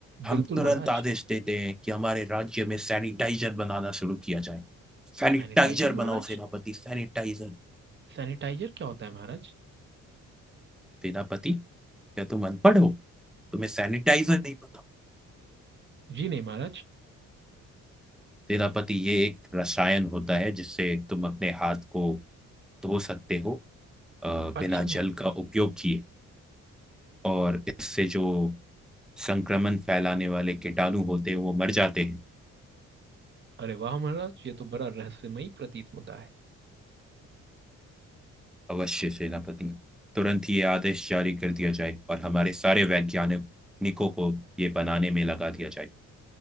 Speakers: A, in the centre; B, on the right (about 40°).
A: हम
B: बिल्कुल
A: तुरंत
B: महाराज
A: आदेश देते हैं कि हमारे राज्य में सैनिटाइजर बनाना शुरू किया जाए सैनिटाइजर
B: सैनिटाइजर महाराज
A: बनाओ सेनापति सैनिटाइजर
B: सैनिटाइजर क्या होता है महाराज
A: सेनापति क्या तुम अनपढ़ हो तुम्हें सैनिटाइजर नहीं पता
B: जी नहीं महाराज
A: सेनापति ये एक रसायन होता है जिससे तुम अपने हाथ को धो सकते हो अ,
B: अच्छा
A: बिना
B: महाराज
A: जल का उपयोग किए और इससे जो संक्रमण फैलाने वाले कीटाणु होते हैं वो मर जाते हैं
B: अरे वाह महाराज ये तो बड़ा रहस्यमयी प्रतीत होता है
A: अवश्य सेनापति तुरंत ये आदेश जारी कर दिया जाए और हमारे सारे वैज्ञानिकों को ये बनाने में लगा दिया जाए